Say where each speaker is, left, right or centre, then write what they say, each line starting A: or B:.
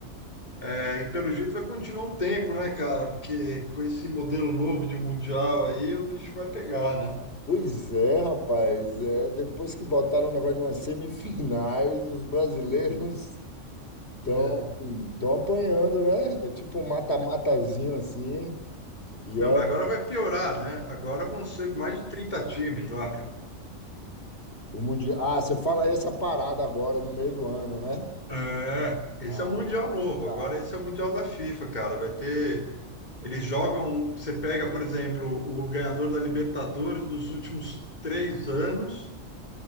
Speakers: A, on the left; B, on the left.
A: é, e pelo jeito vai continuar um tempo, né, cara? Porque com esse modelo novo de mundial aí, o bicho vai pegar, né?
B: Pois é, rapaz. É, depois que botaram o negócio de umas semifinais, os brasileiros estão
A: É.
B: estão apanhando, né? É tipo um mata-matazinho assim. E
A: Não,
B: é
A: mas agora vai piorar, né? Agora vão ser mais de 30 times lá, cara.
B: o Mundial. Ah, você fala essa parada agora, no meio do ano, né?
A: É, esse
B: Ah,
A: é o Mundial novo.
B: tá.
A: Agora esse é o Mundial da FIFA, cara. Vai ter. Eles jogam. Você pega, por exemplo, o ganhador da Libertadores dos últimos três anos.